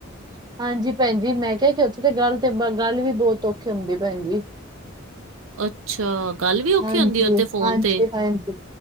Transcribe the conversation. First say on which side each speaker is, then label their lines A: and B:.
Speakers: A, on the right (about 20°); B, on the right (about 70°).
A: ਹਾਂਜੀ ਭੈਣ ਜੀ ਮੈਂ ਕਿਹਾ, ਕਿ ਉੱਥੇ ਤੇ ਗੱਲ ਤੇ ਗੱਲ ਵੀ ਬਹੁਤ ਔਖੀ ਹੁੰਦੀ ਭੈਣ ਜੀ।
B: ਅੱਛਾ ਗੱਲ ਵੀ ਔਖੀ
A: ਹਾਂਜੀ
B: ਹੁੰਦੀ ਐ, ਉੱਥੇ ਫੋਨ
A: ਹਾਂਜੀ
B: ਤੇ।
A: ਹਾਂਜੀ